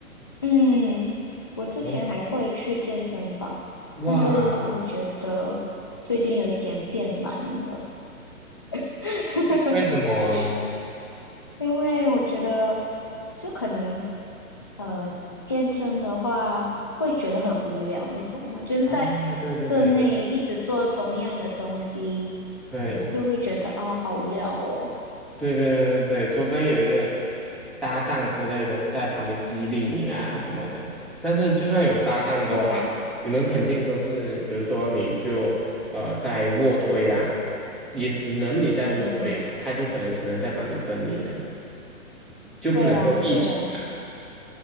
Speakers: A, on the left (about 20°); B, in the centre.
A: 嗯，我之前还会去健身房，
B: 哦，哇，
A: 但是我觉得最近有点变懒了，<laughs>
B: 为什么啊？
A: 因为我觉得就可能，呃，健身的话会觉得很无聊，你懂吗？就是在
B: 啊，对对对对对
A: 室内一直做同样的东西，
B: 对，
A: 就会觉得啊，好无聊哦。
B: 对对对对，除非有一个搭档之类的在旁边激励你啊什么的，但是就算有搭档都好，
A: 对，
B: 你们肯定都是，比如说你就呃在卧推啊，也只能你在卧推嘛，
A: 嗯嗯嗯，
B: 他就可能只能在旁边等你了，就不能够一起啦。
A: 对啊，对啊。